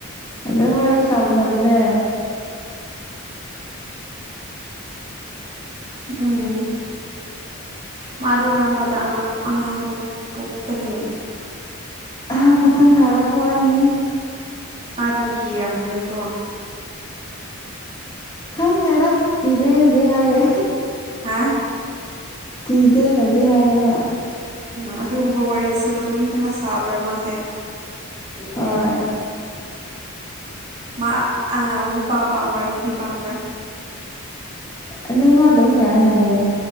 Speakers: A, on the left; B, on the right.
A: ꯑꯗꯨꯝ ꯋꯥꯔꯤ ꯁꯥꯟꯅꯕꯅꯦ
B: ꯎꯝ ꯃꯥꯗꯣ ꯀꯔꯝ ꯀꯥꯟꯗ ꯑꯉꯥ ꯑꯉꯥꯡ ꯄꯣꯛ ꯄꯣꯛꯀꯅꯤ
A: ꯑꯍ ꯃꯊꯪ ꯊꯥꯗ ꯄꯣꯛꯑꯅꯤ
B: ꯃꯥꯗꯣ ꯀꯤꯔꯝꯒꯅꯤꯀꯣ
A: ꯈꯪꯗꯦꯗ ꯀꯤꯗꯦꯗꯤ ꯍꯥꯏꯌꯦ
B: ꯍꯥꯥ
A: ꯀꯤꯗꯦꯅꯗꯤ ꯍꯥꯏꯌꯦꯕ
B: ꯑ ꯑꯗꯨꯒꯨꯝꯕ ꯋꯥꯔꯤꯁꯨ ꯑꯗꯨꯝ ꯁꯥ ꯁꯥꯕ꯭ꯔꯥ ꯃꯥꯁꯦ
A: ꯍꯣꯏ
B: ꯃꯥ ꯑ ꯅꯨꯄꯥ ꯄꯥꯝꯕ꯭ꯔꯥ ꯅꯨꯄꯤ ꯄꯥꯝꯕ꯭ꯔꯥ
A: ꯑꯅꯤꯃꯛ ꯑꯗꯨꯝ ꯌꯥꯏ ꯍꯥꯏꯌꯦ